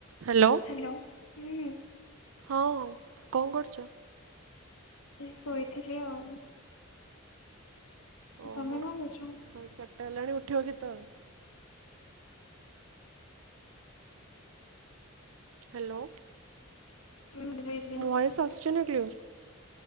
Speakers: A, on the right (about 75°); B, on the left (about 80°).
A: Hello.
B: Hello ହୁଁ।
A: ହଁ ହଁ କଣ କରୁଚ?
B: ଏଇ ଶୋଇଥିଲି ଆଉ।
A: ଓହୋ
B: ତମେ
A: ଆଉ
B: କଣ କରୁଛ?
A: ଚାରଟା ହେଲାଣି ଉଠିବ କେତୋବେଳେ? ହାଲୋ।
B: ମିମଡି ଯାଇଜ।
A: ଭଏସ ଆସଚି ନା କ୍ଲିଅର୍?